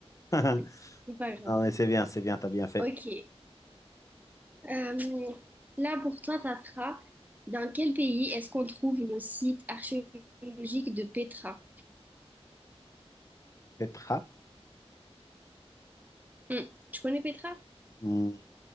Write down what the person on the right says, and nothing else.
<laughs> c'est pas grave.
Ok. Euh, là, pour toi, ça sera dans quel pays est-ce qu'on trouve le site archéologique de Petra?
Hmm, Tu connais Petra?